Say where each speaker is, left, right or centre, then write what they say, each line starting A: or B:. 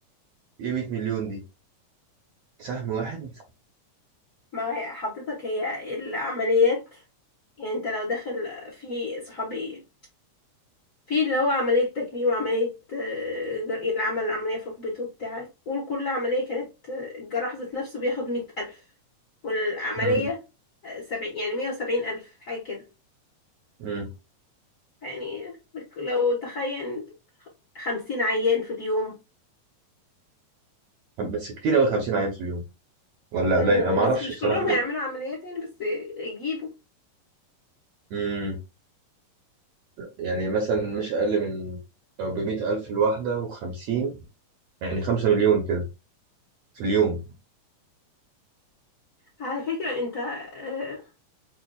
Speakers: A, on the right; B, on the left.
A: إيه مية مليون دي سهم واحد
B: ما هي حضرتك هي العمليات يعني انت لو داخل في صحابي في اللي هو عملية تكميم وعملية آه، جرقين اللي عمل العملية في ركبته وبتاع قول كل عملية كانت آه، الجراح ذات نفسه بياخد مية ألف والعملية
A: أمم،
B: آه، سبعين يعني مية وسبعين ألف حاجة كده
A: أمم.
B: يعني لو تخيل خمسين عيان في اليوم
A: بس كتير أوي خمسين عيان في اليوم ولا
B: أنا
A: قليل أنا معرفش
B: بس مش
A: الصراحة
B: كلهم
A: دي.
B: هيعملوا عمليات يعني بس يجيبوا
A: أمم. يعني مثلا مش أقل من لو بمية ألف الواحدة وخمسين يعني خمسة مليون كده في اليوم
B: على فكرة انت آه،